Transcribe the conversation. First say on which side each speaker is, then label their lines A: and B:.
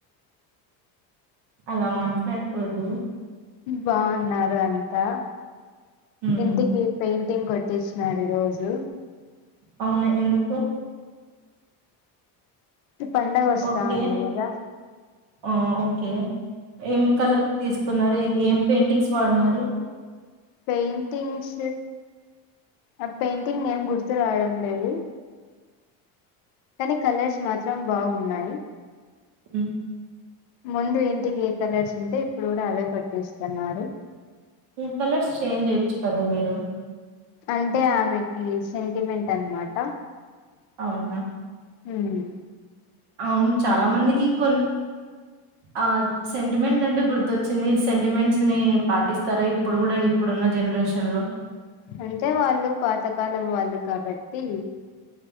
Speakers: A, on the right (about 65°); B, on the left (about 75°).
A: అలా మాట్లాడకూడదు
B: బాగున్నారు అంతా
A: హ్మ్.
B: ఇంతకి పెయింటింగ్ కొ తీష్ నాడి రోజు
A: అవునా ఎందుకు
B: ఇ పండుగ వస్తాంది
A: ఓకే.
B: కదా
A: ఆ ఓకే ఏం కలర్ తీసుక్ న్నారు ఏం పెయింటింగ్స్ వాడినారు
B: పెయింటింగ్స్ ఆ పెయింటింగ్ ఏం గుర్తు రావడం లేదు కానీ కలర్స్ మాత్రం బాగున్నాయి
A: ఉ
B: ముందు ఇంటికి ఏ కలర్స్ ఉంటే ఇప్పుడు కూడా అవే కొట్టిస్తున్నారు
A: ఇం కలర్స్ చేంజ్ చేయొచ్చు కదా మీరు
B: అంటే ఆమెకి సెంటిమెంట్ అనమాట
A: అవున్ హా
B: హుమ్
A: అవును చాలా మందికి కొ ఆ సెంటిమెంట్ అంటే గుర్తు వచ్చింది సెంటిమెంట్స్ ని పాటిస్తారా ఇప్పుడు కూడా ఇప్పుడున్న జనరేషన్ లో
B: అంటే వాళ్ళు పాతకాలం వాళ్ళు కాబట్టి